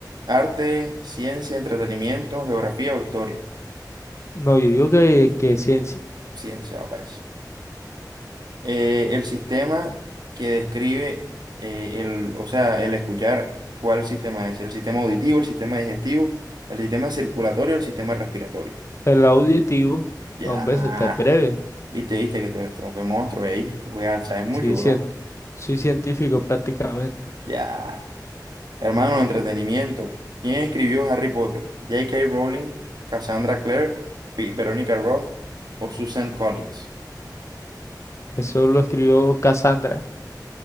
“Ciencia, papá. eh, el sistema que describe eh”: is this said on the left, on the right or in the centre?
Right